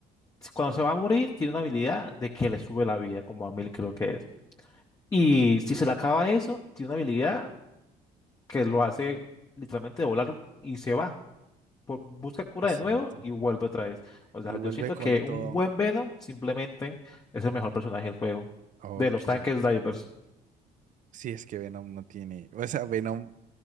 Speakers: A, on the left (about 20°); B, on the right (about 50°).
A: cuando se va a morir tiene una habilidad de que le sube la vida, como a mil creo que es. Y si se le acaba eso, tiene una habilidad que lo hace literalmente volar y se va por- busca cura
B: Es
A: de nuevo
B: cierto.
A: y vuelve otra vez. O sea,
B: Y vuelve
A: yo siento
B: con
A: que un
B: todo.
A: buen Venom simplemente es el mejor personaje del juego,
B: Ok.
A: de los tanques divers.
B: Sí, es que Venom no tiene. O sea, Venom